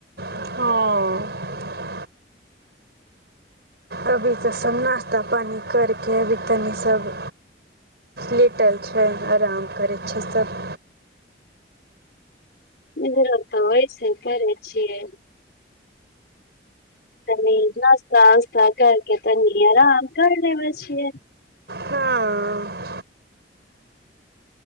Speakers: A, on the right; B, on the left.
A: हँ अभी तऽ सभ नाश्ता पानि करि कऽ अभी तनि सभ लेटल छै आराम करै छै सभ
B: इम्हरो तऽ ओहिसे करै छियै तनी नस्ता उस्ता करके तनी आराम कर लेबै छियै
A: हँ